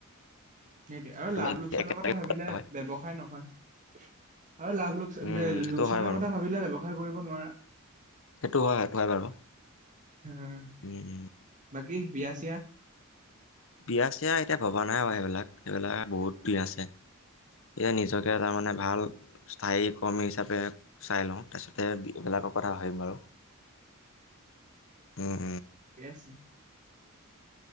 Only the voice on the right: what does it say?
সেইটো আৰু
লাভ লোকচানৰ
কথা ভাবিলে
ব্যৱসায় নহয় আৰু লাভ লোকচান
লোকচানৰ
কথা ভাবিলে ব্যৱসায় কৰিব নোৱাৰা
হম
বাকি বিয়া চিয়া
<inaudible>
কছে।